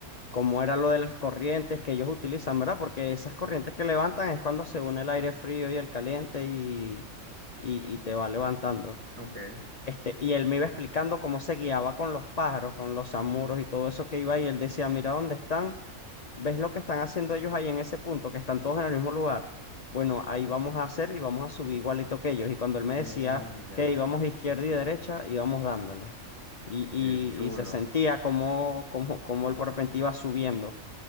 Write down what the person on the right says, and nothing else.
Ok,
mierda,
qué chulo,